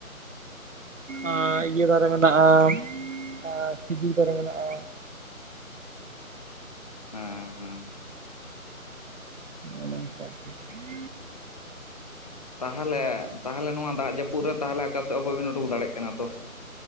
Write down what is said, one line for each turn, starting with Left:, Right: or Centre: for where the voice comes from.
Right: ᱟᱻ ᱤᱭᱟᱹ ᱫᱟᱨᱮ ᱢᱮᱱᱟᱜ-ᱟ, ᱟᱻ ᱠᱷᱤᱡᱩᱨ ᱫᱟᱨᱮ ᱢᱮᱱᱟᱜ-ᱟ᱾
Left: ᱦᱩᱸ ᱦᱩᱸ᱾
Right: ᱚᱱᱟ ᱥᱟᱨ <unintelligible>
Left: ᱛᱟᱦᱞᱮ, ᱛᱟᱦᱞᱮ ᱱᱚᱣᱟ ᱫᱟᱜ ᱡᱟᱹᱯᱩᱫ ᱨᱮ ᱛᱟᱦᱞᱮ ᱚᱠᱟ ᱥᱮᱫ ᱦᱚᱸ ᱵᱟᱵᱤᱱ ᱩᱰᱩᱠ ᱫᱟᱲᱮᱭᱟᱜ ᱠᱟᱱᱟ ᱛᱚ᱾